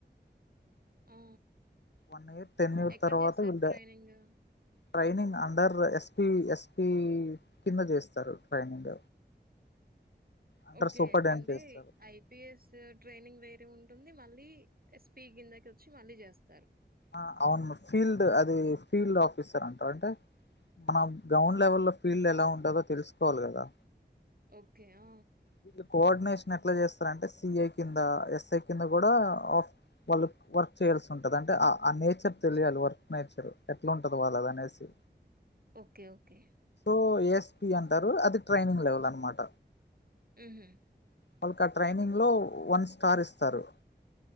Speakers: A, on the right; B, on the left.
A: ఆ
B: వన్ ఇయర్ టెన్యూర్
A: ఎక్కడ
B: తర్వాత
A: జేస్తారు
B: వీళ్
A: ట్రైనింగు?
B: ట్రైనింగ్ అండరు ఎస్పి ఎస్పి కింద చేస్తారు ట్రైనింగ్ అండర్
A: ఓకే
B: సూపరింటెండెంట్
A: అంటే
B: చేస్తారు
A: ఐపీఎస్ ట్రైనింగ్ వేరే ఉ ఉంటుంది మళ్ళీ ఎస్పీ కిందకి వచ్చి మళ్ళీ చేస్త
B: ఆ అవును మ ఫీల్డ్ అది ఫీల్డ్ ఆఫీసర్ అంటారు అంటే మనం గ్రౌండ్ లెవెల్ లో ఫీల్డ్ ఎలా ఉంటదో తెలుసుకోవాలి కదా
A: ఓకే ఆ
B: వీళ్ళు కోఆర్డినేషన్ ఎట్లా చేస్తారంటే సిఏ కింద ఎస్ఐ కింద కూడా వాళ్ళు వర్క్ చేయాల్సి ఉంటది అంటే ఆ నేచర్ తెలియాలి వర్క్ నేచర్ ఎట్లా ఉంటది వాళ్ళది అనేసి
A: ఓకే ఓకే
B: ఓ ఏస్పి అంటారు అది ట్రైనింగ్ లెవెల్ అనమాట
A: ఉహూ
B: వాళ్ళకి ఆ ట్రైనింగ్ లో వన్ స్టార్ ఇస్తారు